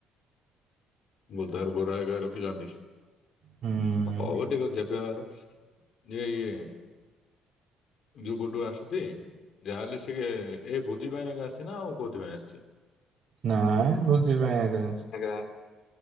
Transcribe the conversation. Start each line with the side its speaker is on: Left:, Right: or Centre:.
Left: ବୁଧୁବାର ଗୁରୁବାର ଏକା ରଖିଛନ୍ତି
Right: ହୁଁ
Left: ହଉ ଠିକ ଅଛି ଜେବେବାହାର। ଯେ ଇଏ ଯୁଗଡୁ ଆସୁଛି ଯାହାହେଲେ ସିଏ ଏ ବୁ ଭୋଜି ପାଇଁ ଆସିଚି ନା ଆଉ କଉଥିପାଇଁ ଆସିଛି?
Right: ନାଇଁ ଭୋଜିପାଇଁ ଆକା।
Left: ଆଜ୍ଞା